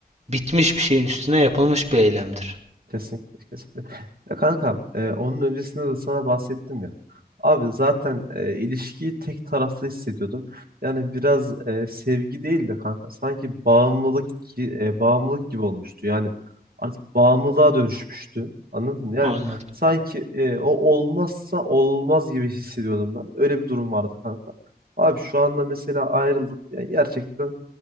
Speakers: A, on the right (about 40°); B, on the right (about 60°).
A: bitmiş bir şeyin üstüne yapılmış bir eylemdir.
B: Kesinlikle kesinlikle. Ya kankam e, onun öncesinde de sana bahsettim ya. Abi zaten e, ilişkiyi tek taraflı hissediyordum. Yani biraz e, sevgi değil de kanka sanki bağımlılık gi- e, bağımlılık gibi olmuştu. Yani artık bağımlılığa dönüşmüştü. Anladın mı? Yani
A: Anladım.
B: sanki e, o olmazsa olmaz gibi hissediyordum ben. Öyle bir durum vardı kanka. Abi şu anda mesela ayrıldık. Yani gerçekten